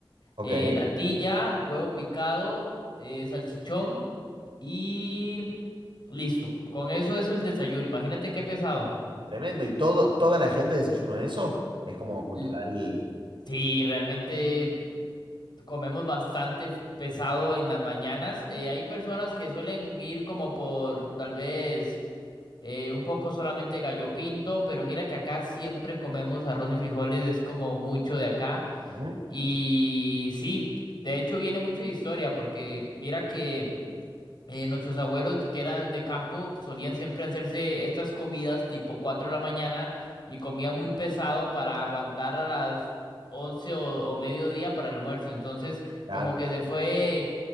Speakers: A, on the right (about 75°); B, on the left (about 60°).
A: Ok.
B: eh, natilla, huevo picado, eh, salchichón y listo. Con eso es el desayuno, imagínate qué pesado.
A: Tremendo. ¿Y todo, toda la gente desayuno de eso? Es como cultural.
B: L- Sí, realmente comemos bastante pesado en las mañanas. Eh, hay personas que suelen ir como por tal vez eh, un poco solamente gallo pinto, pero mira que acá siempre comemos arroz y frijoles, es como mucho de acá.
A: Ujú.
B: Y sí, de hecho viene mucho de historia, porque mira que... Eh, nuestros abuelos que eran de campo solían siempre hacerse estas comidas tipo 4 de la mañana y comían muy pesado para aguantar a las 11 o, o mediodía para el almuerzo. Entonces,
A: Claro.
B: como que se fue,